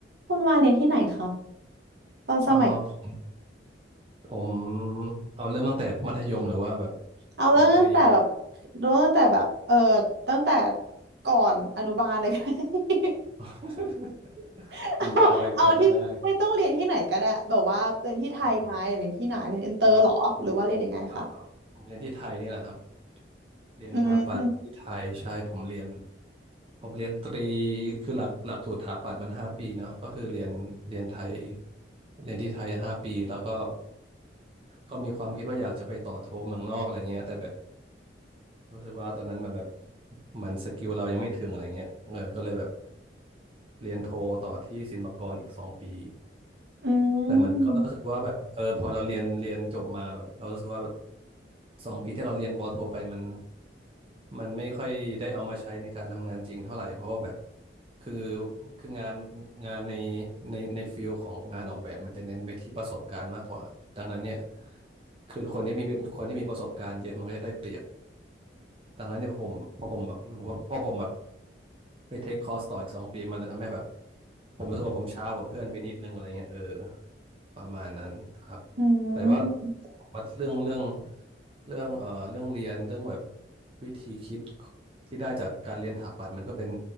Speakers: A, on the right; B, on the right.
A: คุณวาเรียนที่ไหนคะ
B: เอ่อผม
A: สมัย
B: ผมเอาเริ่มตั้งแต่มัธยมหรือว่าแบบ
A: เอาเรื่องตั้งแต่แบบ
B: ปอตรี
A: เรื่องตั้งแต่แบบเออตั้งแต่ก่อนอนุบาลเลยก็ได้
B: <laughs>
A: <laughs>
B: มันยาวไปผมก็จำไม่ได้
A: เอาเอาที่ไม่ต้องเรียนที่ไหนก็ได้แบบว่าเรียนที่ไทยไหมหรือเรียนที่ไหนเรียนอินเตอร์เหรอหรือว่าเรียนยังไงคะ
B: อ่าอ่าอ่าผมเรียนเปล่าเปล่าผมเรียนที่ไทยนี่แหละครับเรียนถาปัตย์ที่ไทยใช่ผมเรียน
A: อืม
B: ผมเรียนตรีคือหลักหลักสูตรถาปัตย์มันห้าปีเนาะก็คือเรียนเรียนไทยเรียนที่ไทยห้าปีแล้วก็ก็มีความคิดว่าอยากจะไปต่อโทเมืองนอกอะไรเงี้ยแต่แบบ รู้สึกว่าตอนนั้นมันแบบมันสกิลเรายังไม่ถึงอะไรเงี้ยเออก็เลยแบบเรียนโทต่อที่ศิลปากรอีกสองปี
A: อื
B: แต่มันก็รู้สึกว่าแบบเออพอเราเรียนเรียนจบมาแบบเรารู้สึกว่าแบบ
A: ม
B: สองปีที่เราเรียนปอโทไปมันมันไม่ค่อยได้เอามาใช้ในการทำงานจริงเท่าไหร่เพราะว่าแบบคือคืองานงานในในในฟิลของงานออกแบบมันจะเน้นไปที่ประสบการณ์มากกว่าดังนั้นเนี่ยคือคนที่มีคนที่มีประสบการณ์เยอะมันก็จะได้เปรียบ ดังนั้นเนี่ยพอผมพอผมแบบพอผมแบบไปเทคคอร์สต่ออีกสองปีมันจะทำให้แบบผมรู้สึกว่าผมช้ากว่าเพื่อนไปนิดนึงอะไรเงี้ยเออประมาณนั้นครับ
A: อื
B: แต่ว่า
A: ม
B: ว่าเรื่องเรื่องเรื่องเอ่อเรื่องเรียนเรื่องแบบวิธีคิดที่ได้จากการเรียนถาปัตย์มันก็เป็น